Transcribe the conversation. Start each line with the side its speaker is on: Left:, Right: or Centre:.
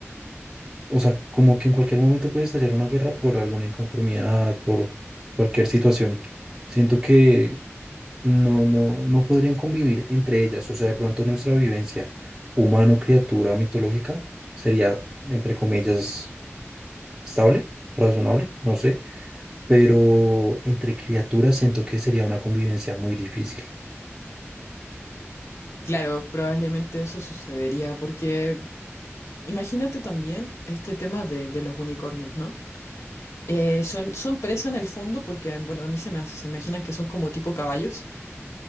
Right: o sea, como que en cualquier momento puede estallar una guerra por alguna inconformidad, por cualquier situación. Siento que no, no, no podrían convivir entre ellas, o sea, de pronto nuestra vivencia humano-criatura mitológica sería, entre comillas, estable, razonable, no sé, pero entre criaturas siento que sería una convivencia muy difícil.
Left: Claro, probablemente eso sucedería porque imagínate también este tema de de los unicornios, ¿no? Eh, son, son presa en el fondo porque, bueno, a mí se me, hace- se imaginan que son como tipo caballos.